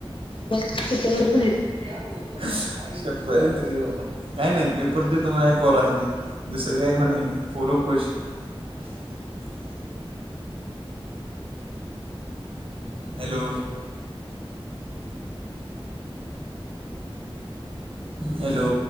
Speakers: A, on the left (about 60°); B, on the right (about 65°).
A: मग तिथूनच
B: <unintelligible>
A: बाहेर
B: त रे बाबा काही नाही पेपर देतो म्हनायच पोरासनी दुसरं काही म्हणायाचं नाही पोर खुश. <unintelligible> हॅलो. हॅलो.